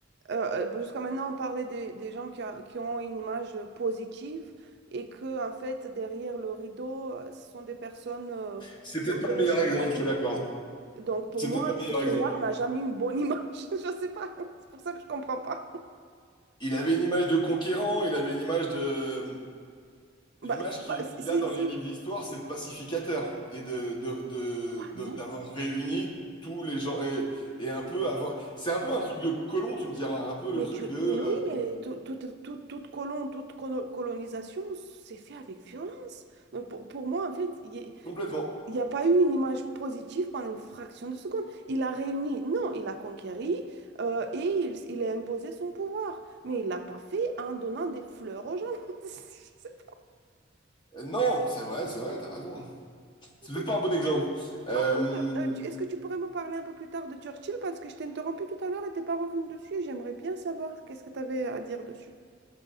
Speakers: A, on the right; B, on the left.
A: Euh, euh, jusqu'à maintenant, on parlait des, des gens qui, a- qui ont une image positive et que, en fait, derrière le rideau, euh, ce sont des personnes euh,
B: c'est
A: qui
B: peut-être
A: ont
B: pas
A: fait
B: le
A: des
B: meilleur
A: choses
B: exemple,
A: horribles.
B: je te l'accorde.
A: Donc, pour
B: C'est
A: moi,
B: peut-être pas le meilleur
A: Jules César
B: exemple.
A: n'a jamais eu une bonne image. <laughs> Je ne sais pas. C'est pour ça que je ne comprends pas.
B: Il avait une image de conquérant, il avait une image de,
A: Bah,
B: L'image
A: tu
B: qu'il
A: vois, si,
B: qu'il
A: si-
B: a dans
A: si-
B: les livres d'histoire, c'est de pacificateur et de, de- de-
A: Ah
B: de-
A: non,
B: d'avoir réuni tous les gens et, et un peu avoir. C'est un peu un truc de colon, tu me diras, un peu le
A: mais,
B: truc
A: tu,
B: de
A: mais oui,
B: euh,
A: mais tout- tout- tout- toute colon, toute colo- colonisation, c'est fait avec violence. Donc, pour, pour moi, en fait, il y a-
B: complètement.
A: Il n'y a pas eu une image positive pendant une fraction de seconde. Il a réuni, non, il a conquéri euh, et il, il a imposé son pouvoir. Mais il l'a pas fait en donnant des fleurs aux gens. <laughs> C'est-
B: Non, c'est vrai, c'est vrai, t'as raison. hein.
A: pas
B: C'est
A: possible.
B: peut-être pas un bon exemple. Euh,
A: Par contre, euh, tu- est-ce que tu pourrais me parler un peu plus tard de Churchill? Parce que je t'ai interrompu tout à l'heure et t'es pas revenu dessus. J'aimerais bien savoir qu'est-ce que tu avais à dire dessus.